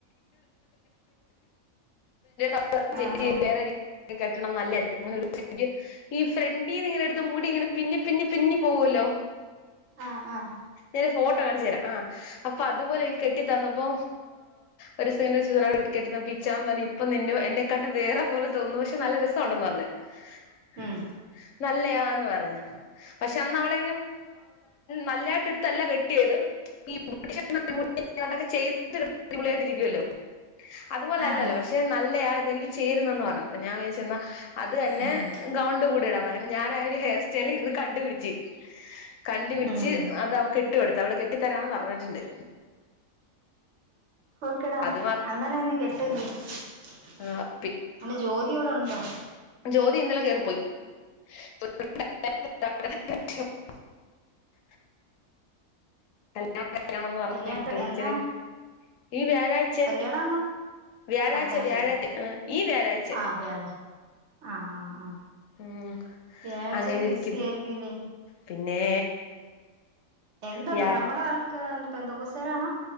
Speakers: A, on the left; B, on the right.
A: <unintelligible> <unintelligible> ചേച്ചി
B: ആഹ്
A: <unintelligible>
B: ആഹ്
A: കെട്ടണം നല്ലതായിരിക്കും <unintelligible> അനക്ക് ഈ ഫ്രണ്ടി നിങ്ങ മുടി ഇങ്ങനെ പിന്നെ പിന്നെ പിന്നി പോകല്ലോ
B: ആഹ് ആഹ്
A: <unintelligible> ഫോട്ടോ കാണിച്ചു തരാം ആ് അപ്പൊ അതുപോലെ എനിക്ക് കെട്ടി തന്നപ്പോ ഒരു സ <unintelligible> ഒരു കേട്ടി തന്നുച്ചാ പറ ഇപ്പ നിന്നെ കണ്ട വേറെ പോലെ തോന്നു പക്ഷെ നല്ല രസംണ്ടെന്ന് പറഞ്ഞഞ് <unintelligible>
B: ഉം
A: <unintelligible> പറഞ്ഞുപക്ഷെ അന്ന് അവള നല്ലതായിട്ട് എടുത്തല്ല കെട്ടിയത് <unintelligible> അതുപോലെല്ലല്ലോ
B: ആഹ്
A: പക്ഷെ നല്ലയാ ഇതെനിക്ക് ചേരുന്നന്ന് പറഞ്ഞു അ ഞാൻ വിചാരിച്ചുഅത് തന്നെ
B: ഉം
A: ഗൗണ്ട് കൂടിടാം ഞാൻ ആ ഒരു ഹെയർ സ്റ്റൈൽ ഇരുന്ന് കണ്ടുപിടിച്ച് കണ്ടുപിടിച്ച്
B: ഉം
A: അത് അവക്ക് ഇ <unintelligible> ഇട്ട് എടുത്ത്അവള് കെട്ടിത്തരാന്ന് പറഞ്ഞിട്ടുണ്ട്
B: ഓക്കെടാ
A: അത്
B: അങ്ങനെ തന്നെ കെട്ടെ <unintelligible>
A: ആ
B: ജോലി ഇവിടെ ഉണ്ടോ
A: ജ്യോതി ഇന്നലെ കയറിപ്പോയി <unintelligible> അ <unintelligible> <unintelligible>
B: കല്യാണത്തിന്
A: പറഅച്ഛന്
B: എന്നാ
A: ഈ വ്യാഴാഴ്ച
B: കല്യാണം എന്നാ
A: വ്യാഴാഴ്ച്ച
B: അടുത്ത ആഴ്ചയോ
A: വ്യാഴാഴ്ച ങ ഈ വ്യാഴാഴ്ച.
B: ആ വ്യാഴം ആ ആ ആ
A: ഉം
B: വ്യാഴാഴ്ചയൊക്കെ
A: അങ്ങനെ ഇരിക്കും,
B: ബിസി ആയിരിക്കൂല്ലേ
A: പിന്നെ
B: എന്താപ്പ
A: വ്യാ
B: നമ്മള ആൾക്കാർ പെന്തക്കോസുകാരാണൊ?